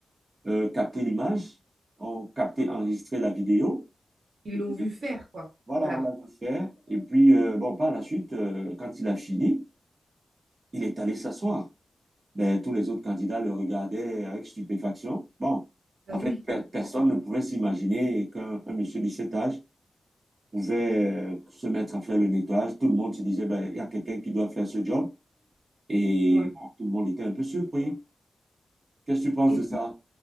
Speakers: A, on the right (about 45°); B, on the right (about 75°).
A: euh, capté l'image, ont capté, enregistré la vidéo.
B: Ils
A: Et
B: l'ont
A: puis,
B: vu faire, quoi.
A: voilà,
B: Voilà.
A: on l'a vu faire. Et puis, euh, bon, par la suite, euh, quand il a fini, il est allé s'asseoir. ben, tous les autres candidats le regardaient avec stupéfaction. Bon,
B: Bah
A: en fait,
B: oui,
A: pe- personne ne pouvait s'imaginer qu'un un monsieur de cet âge pouvait euh, se mettre à faire le nettoyage. Tout le monde se disait, ben, il y a quelqu'un qui doit faire ce job. Et
B: Ouais.
A: bon, tout le monde était un peu surpris. Qu'est-ce que tu penses
B: Et
A: de
B: puis
A: ça?